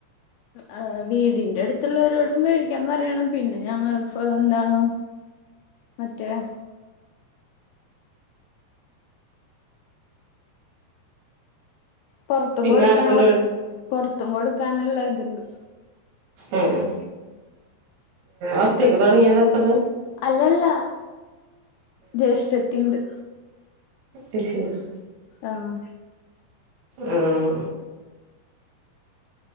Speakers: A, on the left (about 85°); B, on the right (about 85°).
A: അഹ് വീടിന്റ അട്ത്ത്ള്ളോരോടും വേടിക്കാ പറയണം പിന്ന ഞങ്ങള് ഫാ എന്താണ്. മറ്റേ.. പൊർത്തും
B: പിന്നെ
A: കൊട്ക്കാന്ള്ള
B: ആരെക്കൊണ്ട് മേടി
A: പൊർത്തും കൊട്ക്കാന്ള്ള ഇത്ണ്ട്.
B: അ ആഹ്. ഒറ്റക്ക് തൊടങ്ങേത ഇപ്പത്.
A: അല്ലല്ലാ.. ജേഷ്ഠത്തിണ്ട്.
B: അയ് ശെരി.
A: ആഹ്.
B: ഉം.